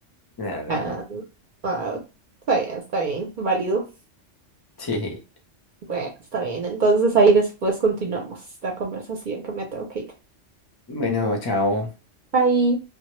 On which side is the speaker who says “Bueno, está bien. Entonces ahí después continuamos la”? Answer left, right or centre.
Right